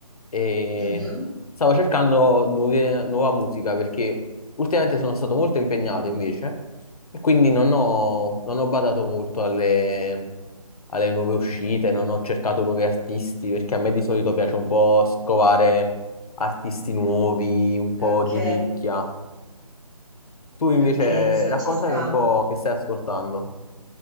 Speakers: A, on the left (about 70°); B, on the right (about 30°).
A: e
B: mhm.
A: stavo cercando nuove- nuova musica perché ultimamente sono stato molto impegnato invece e quindi non ho, non ho badato molto alle, alle nuove uscite, non ho cercato nuovi artisti perché a me di solito piace un po' scovare artisti nuovi, un po'
B: Ok,
A: di nicchia. Tu invece
B: ok, sì,
A: raccontami
B: ci sta.
A: un po' che stai ascoltando.